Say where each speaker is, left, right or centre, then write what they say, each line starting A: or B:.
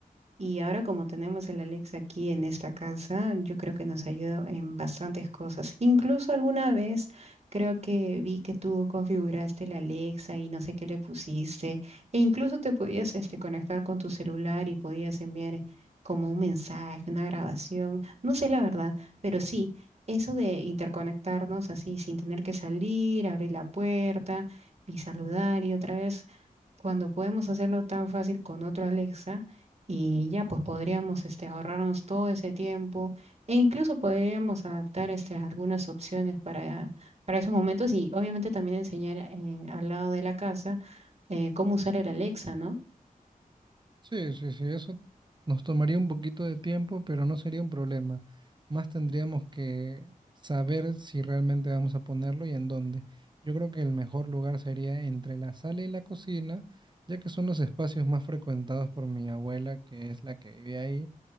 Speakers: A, on the right; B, on the right.
A: Y ahora como tenemos el Alexa aquí en esta casa, yo creo que nos ayuda en bastantes cosas. Incluso alguna vez creo que vi que tú configuraste el Alexa y no sé qué le pusiste. E incluso te podías este, conectar con tu celular y podías enviar como un mensaje, una grabación. No sé la verdad, pero sí, eso de interconectarnos así sin tener que salir, abrir la puerta y saludar y otra vez cuando podemos hacerlo tan fácil con otro Alexa y ya pues podríamos este, ahorrarnos todo ese tiempo e incluso podríamos adaptar este, algunas opciones para, para esos momentos y obviamente también enseñar eh, al lado de la casa eh, cómo usar el Alexa, ¿no?
B: Sí, sí, sí, eso nos tomaría un poquito de tiempo, pero no sería un problema. Más tendríamos que saber si realmente vamos a ponerlo y en dónde. Yo creo que el mejor lugar sería entre la sala y la cocina, ya que son los espacios más frecuentados por mi abuela, que es la que vive ahí.